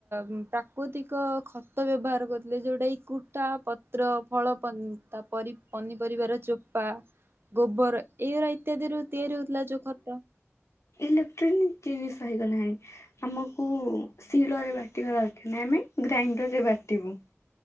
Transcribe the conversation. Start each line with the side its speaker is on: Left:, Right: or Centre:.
Right: ପ୍ରାକୃତିକ ଖତ ବ୍ୟବହାର କରୁଥିଲେ ଯେଉଁଟା କି କୁଟା ପତ୍ର ପତ୍ର ଫଳ ପନିପରିବାର ଚୋପା ଗୋବର ଏଇଗୁାଡ଼ା ଇତ୍ୟାଦିରୁ ତିଆରି ହେଉଥିଲା ଯେଉଁ ଖତ
Left: ଇଲେକ୍ଟ୍ରୋନିକ୍ ଜିନିଷ ହୋଇଗଲାଣି ଆମକୁ ଶିଳରେ ବାଟିବା ଦରକାର ନାହିଁ ଆମେ ଗ୍ରାଇଣ୍ଡରରେ ବାଟିବୁ।